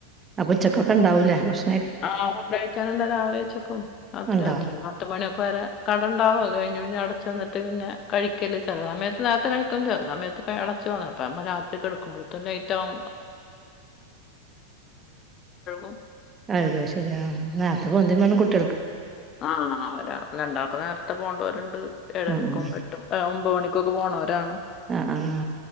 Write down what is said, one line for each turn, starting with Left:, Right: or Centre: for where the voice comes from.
Right: അപ്പം ഉച്ചക്കൊക്കെ ഉണ്ടാവൂലേ ഭക്ഷ
Left: ആഹ ഫുഡ് കഴിക്കാനുള്ള രാവിലെ ഉച്ചക്കും അത്
Right: ഉണ്ടാവും
Left: രാത്രി പത്തുമണിയൊക്കെ വരെ കടണ്ടാവും അതു കഴിഞ്ഞി അവടെ ചെന്നിട്ട് പിന്നെ കഴിക്കല് ചില സമയത്ത് നേരെത്ത കഴിക്കും ചെലസമയത്ത് അടച്ച് വന്ന <unintelligible> കിടക്കുമ്പോൾ തന്നെ ലേറ്റ് ആകും <unintelligible>
Right: അതൊക്ക ശരിയ <unintelligible>
Left: ആഹ ഒരാൾ രണ്ടാൾക്കും നേരത്തെ പോണ്ടോരുണ്ട് ഏഴരക്കും
Right: ഉം ഉം
Left: എട്ടും ഒമ്പത് മണിക്കൊക്കെ പോ ഒരാണ്.
Right: ആ ആ ആ